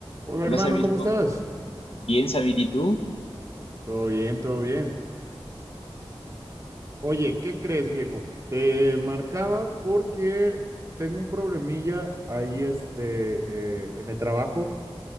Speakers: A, on the right; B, on the left.
A: Hola
B: Hola
A: hermano,
B: Samirko,
A: ¿cómo estás?
B: bien Samir, ¿y tú?
A: Todo bien, todo bien. Oye, ¿qué crees, viejo? Te marcaba porque tengo un problemilla ahí este, eh, en el trabajo